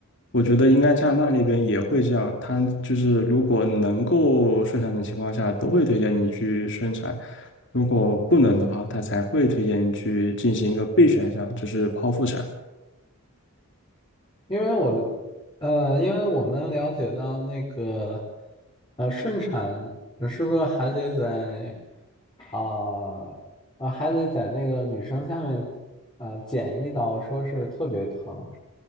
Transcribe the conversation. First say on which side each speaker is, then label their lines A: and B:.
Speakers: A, on the left (about 55°); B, on the left (about 20°).
A: 我觉得应该加拿大那边也会这样，他就是如果能够顺产的情况下，都会推荐你去顺产；如果不能的话，他才会推荐你去进行一个备选项，就是剖腹产。
B: 因为我，呃，因为我们了解到那个，呃，顺产是不是还得在，啊、啊，还得在那个女生下面，呃，剪一刀，说是特别疼，